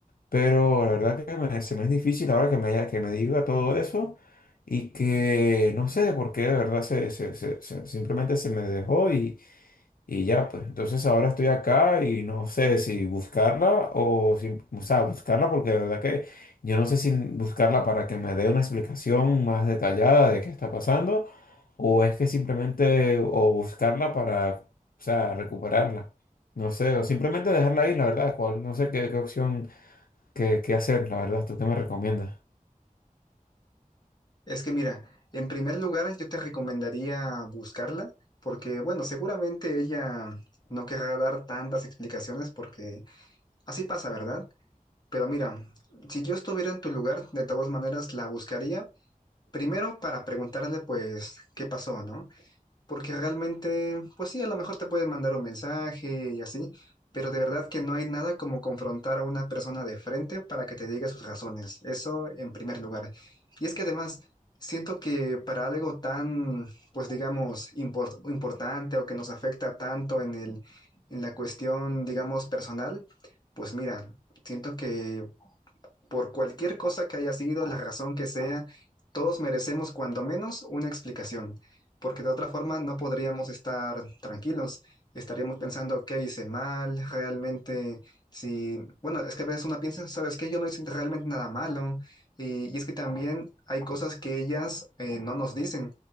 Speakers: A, on the left; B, on the left.
A: Pero la verdad que me- se me es difícil ahora que me, haya- que me diga todo eso y que no sé por qué de verdad se, se- se- se- simplemente se me dejó y ya, pues, entonces ahora estoy acá y no sé si buscarla o si, o sea, buscarla porque de verdad que yo no sé si buscarla para que me dé una explicación más detallada de qué está pasando o es que simplemente o buscarla para, o sea, recuperarla. No sé, o simplemente dejarla ahí, la verdad, cuál, no sé qué, qué opción, qué, qué hacer, la verdad, ¿tú qué me recomiendas?
B: Es que mira, en primer lugar yo te recomendaría buscarla porque, bueno, seguramente ella no querrá dar tantas explicaciones porque así pasa, ¿verdad? Pero mira, si yo estuviera en tu lugar, de todas maneras la buscaría, primero para preguntarle pues qué pasó, ¿no? porque realmente, pues sí, a lo mejor te pueden mandar un mensaje y así, pero de verdad que no hay nada como confrontar a una persona de frente para que te diga sus razones. Eso en primer lugar. Y es que además, siento que para algo tan, pues digamos, impor- importante o que nos afecta tanto en el, en la cuestión, digamos, personal, pues mira, siento que por cualquier cosa que haya sido, la razón que sea, todos merecemos cuando menos una explicación, porque de otra forma no podríamos estar tranquilos. Estaríamos pensando, ¿qué hice mal? Realmente, si, bueno, es que a veces uno piensa, ¿sabes qué? Yo no hice realmente nada malo. Y, y es que también hay cosas que ellas eh, no nos dicen,